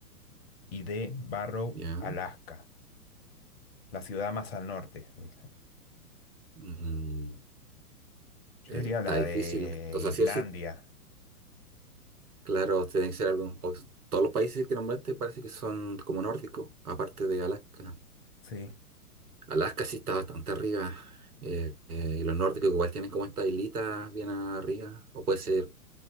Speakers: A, on the left; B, on the right.
A: y D Barrow,
B: Ya.
A: Alaska. La ciudad más al norte, dice.
B: Mm.
A: Yo
B: Eh,
A: diría
B: está
A: la
B: difícil.
A: de
B: O
A: Islandia.
B: sea, sí o sí, claro, tiene que ser algún. o- todos los países que nombraste parece que son como nórdicos, aparte de Alaska.
A: Sí.
B: Alaska sí está bastante arriba. eh, eh, y los nórdicos igual tienen como esta islita bien arriba. O puede ser